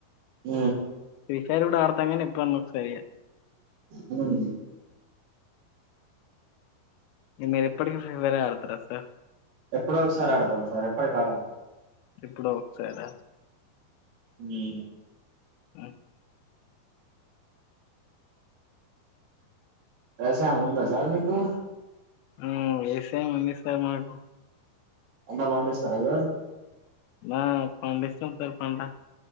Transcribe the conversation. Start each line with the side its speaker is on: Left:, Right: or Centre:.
Right: ఊ
Left: సారి కూడా ఆడతంని ఇప్పుడు అన్న ఒకసారి
Right: ఉమ్
Left: ఇ మీరు ఎప్పుటికి ఫ్రీ ఫైరే ఆడుతారా సార్
Right: ఎప్పుడో ఒకసారి ఆడతాం సార్ ఎప్పటికి ఆడం
Left: ఎప్పుడో ఒకసార
Right: ఉమ్.
Left: ఆ
Right: వ్యవసాయం ఉందా సార్ మీకు
Left: ఊ వ్యవసాయం ఉంది సార్ మాకు
Right: పంట పండిస్తారా మీరు
Left: ఆ పండిస్తాం సార్ పంట